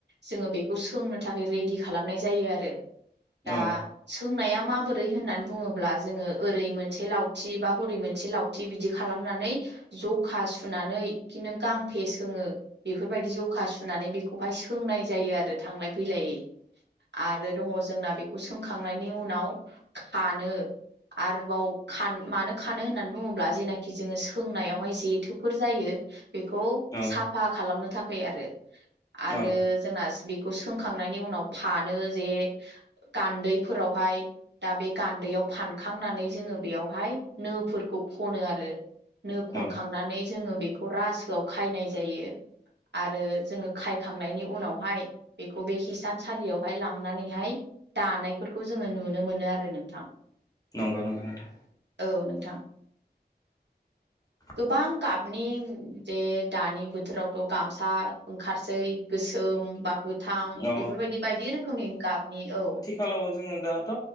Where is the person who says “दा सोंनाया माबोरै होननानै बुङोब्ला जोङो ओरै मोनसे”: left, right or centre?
Right